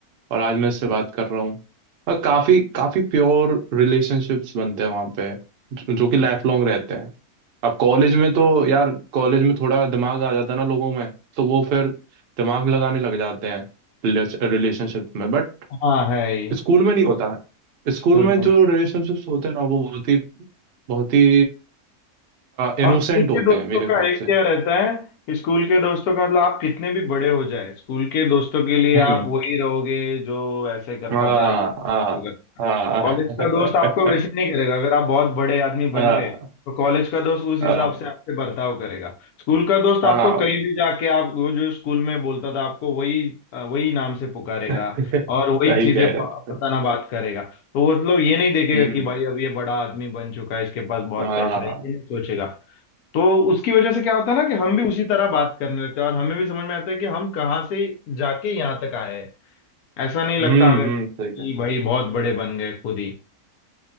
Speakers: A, on the right; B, on the left.
A: और आज मैं इससे बात कर रहा हूँ और काफी काफी प्योर रिलेशनशिप्स बनते हैं वहाँ पे जो जो कि लाइफ लॉन्ग रहते हैं अब कॉलेज में तो यार कॉलेज में थोड़ा दिमाग आ जाता है ना लोगों में तो वो फिर दिमाग लगाने लग जाते हैं रिलेशनशिप में बट
B: हाँ है ही
A: स्कूल में नहीं होता है स्कूल
B: स्कूल
A: में
B: में
A: जो रिलेशनशिप्स होते हैं ना वो बहुत ही बहुत ही इनोसेंट
B: और स्कूल के
A: होते
B: दोस्तों
A: हैं मेरे हिसाब
B: का एक
A: से
B: क्या रहता है स्कूल के दोस्तों का मतलब आप कितने भी बड़े हो जाए स्कूल के दोस्तों के लिए
A: हम्म
B: आप वही रहोगे जो ऐसे करता
A: हाँ
B: था ये
A: हाँ
B: वो करता
A: हाँ
B: था कॉलेज का दोस्त आपको
A: <laughs>
B: वैसे नहीं करेगा अगर आप बहुत बड़े आदमी
A: हाँ
B: बन गए तो कॉलेज का दोस्त उस
A: हाँ
B: हिसाब से आपसे बर्ताव करेगा स्कूल का दोस्त
A: हाँ।
B: आपको कहीं भी जाके आप वो जो स्कूल में बोलता था आपको वही अ, वही नाम से पुकारेगा
A: <laughs>
B: और वही
A: सही
B: चीजें
A: कह
B: ब-
A: रहे हो
B: बताना बात करेगा तो वो मतलब ये नहीं देखेगा
A: हम्म
B: कि भाई अब ये बड़ा आदमी बन चुका है इसके पास बहुत
A: हाँ
B: पैसा है ये नहीं सोचेगा तो उसकी वजह से क्या होता है ना कि हम भी उसी तरह बात करने लगते हैं और हमें भी समझ में आता है कि हम कहाँ से जाके यहाँ तक आए हैं। ऐसा नहीं लगता
A: हम्म
B: हमें
A: हम्म
B: कि
A: सही कह
B: भाई बहुत बड़े बन गए खुद ही